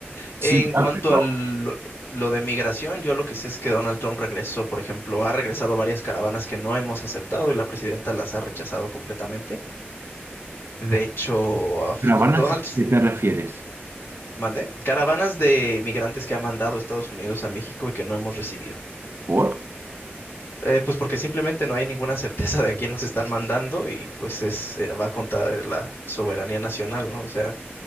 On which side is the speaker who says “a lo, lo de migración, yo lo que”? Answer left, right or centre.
Left